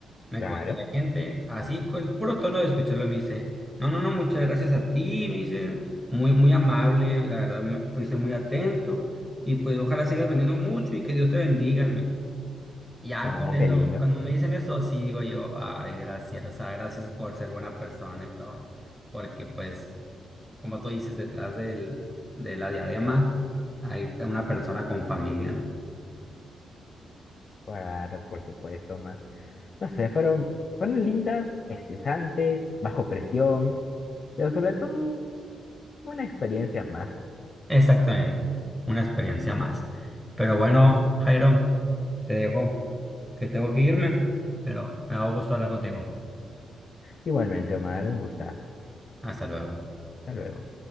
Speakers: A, in the centre; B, on the left (about 40°).
A: me
B: claro.
A: comenta la gente, así con el puro tono de escucharlo me dice... No, no, no, muchas gracias a ti, me dicen, muy, muy amable, la verdad, me- fuiste muy atento y pues ojalá sigas vendiendo mucho y que Dios te bendiga, me dicen. Ya
B: No,
A: con eso,
B: qué lindo.
A: cuando me dicen eso, sí digo yo, ay, gracias, o sea, gracias por ser buena persona y todo, porque pues, como tú dices, detrás del, de la diadema hay una persona con familia, ¿no?
B: Claro, por supuesto, Omar. No sé, fueron, fueron lindas, estresantes, bajo presión, pero sobre todo una experiencia más.
A: Exactamente, una experiencia más. Pero bueno, Jairo, te dejo que tengo que irme, pero me da gusto hablar contigo.
B: Igualmente, Omar, un gustazo.
A: Hasta luego.
B: Hasta luego.